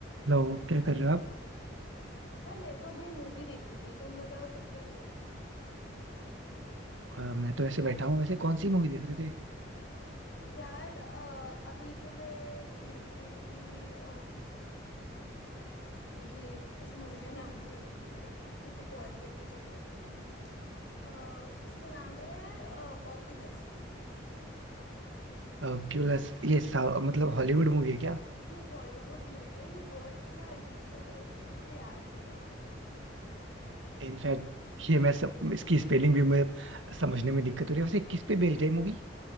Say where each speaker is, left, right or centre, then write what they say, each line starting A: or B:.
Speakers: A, on the right (about 85°); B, on the left (about 70°).
A: Hello क्या कर रहे हो आप
B: यार मैं तो अभी मूवी देख रही थी तुम बताओ तुम क्या कर रही हो
A: अ, मैं तो ऐसे बैठा हूँ वैसे कौन सी मूवी देख रहे थे
B: यार अ, अभी तो मैं देख रही थी अ, ये इस मूवी का नाम भी मैं भूल गई रुको पॉज करके चेक करती हूँ अ, इसका नाम है ऑकुलस
A: क्यूलेस ये सा- मतलब हॉलीवुड मूवी है क्या
B: ये हॉलीवुड मूवी है ये वर्ड थोड़ा अजीब सा था इसलिए मुझे याद नहीं रहा
A: इनफैक्ट ये मैं सम, इसकी स्पेलिंग भी मैं समझने में दिक्कत हो रही है वैसे किस पे बेस्ड है मूवी